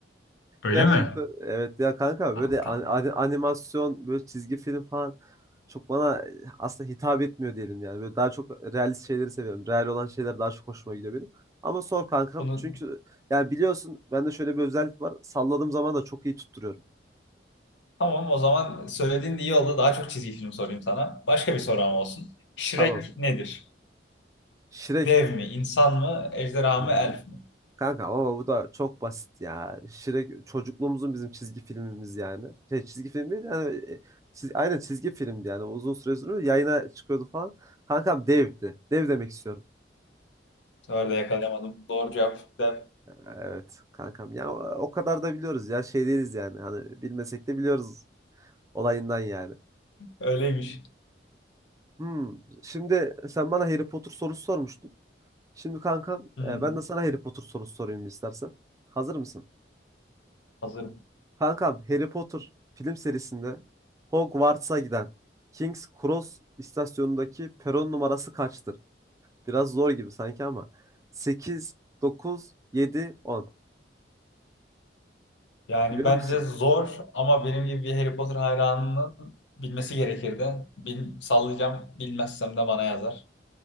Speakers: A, on the left; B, on the right.
A: Öyle
B: Gerçekten
A: mi?
B: evet ya kanka
A: Tamam
B: böyle
A: tamam.
B: an- an- animasyon böyle çizgi film falan çok bana aslında hitap etmiyor diyelim yani. Böyle daha çok realist şeyleri seviyorum. Real olan şeyler daha çok hoşuma gidiyor benim. Ama sor kankam
A: Bunu
B: çünkü yani biliyorsun bende şöyle bir özellik var. Salladığım zaman da çok iyi tutturuyorum.
A: tamam o zaman söylediğin de iyi oldu. Daha çok çizgi film sorayım sana. Başka bir sorum olsun. Shrek
B: Tamam.
A: nedir?
B: Shrek.
A: Dev mi, insan mı, ejderha
B: Hmm.
A: mı, elf mi?
B: Kanka ama bu da çok basit ya. Shrek çocukluğumuzun bizim çizgi filmimiz yani. Şey çizgi film değil yani e, çiz- aynen çizgi filmdi yani. Uzun süre sonra yayına çıkıyordu falan. Kankam devdi. Dev demek istiyorum.
A: Bu sefer de yakalayamadım. Doğru cevap da
B: Evet kankam yani o, o kadar da biliyoruz ya şey değiliz yani. Hani bilmesek de biliyoruz olayından yani.
A: öyleymiş.
B: Hmm, Şimdi sen bana Harry Potter sorusu sormuştun. Şimdi kankam
A: Hmm.
B: e, ben de sana Harry Potter sorusu sorayım istersen. Hazır mısın?
A: Hazırım.
B: Kankam Harry Potter film serisinde Hogwarts'a giden King's Cross istasyonundaki peron numarası kaçtır? Biraz zor gibi sanki ama. sekiz, 9, 7, 10.
A: Yani
B: Biliyor
A: bence
B: musun?
A: zor ama benim gibi bir Harry Potter hayranının bilmesi gerekirdi. Bil, sallayacağım. Bilmezsem de bana yazar.